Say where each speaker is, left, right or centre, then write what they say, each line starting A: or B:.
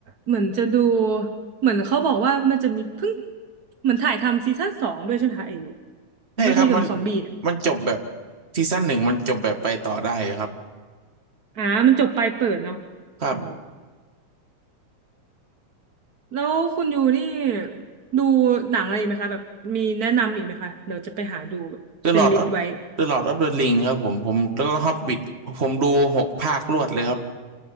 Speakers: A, on the right; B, on the right.
A: เหมือนจะดูเหมือนเขาบอกว่ามันจะมีเพิ่งเหมือนถ่ายทำซีซั่นสองด้วยใช่ไหมคะไอ
B: ใช่ครับมัน
A: มัธยมซอมบี้เนี่ย
B: มันจบแบบซีซั่นหนึ่งมันจบแบบไปต่อได้ครับ
A: อ่ามันจบไปเปิดเนาะ
B: ครับ
A: อันนี้แล้วคุณยูนี่ดูหนังอะไรไหมคะแบบมีแนะนำอีกไหมคะเดี๋ยวจะไปหาดูแบบเป็นลิสต์ไว้
B: The Lord of The Lord of the Ring ครับผมผมแล้วก็ Hobbit ผมดูหกภาครวดเลยครับ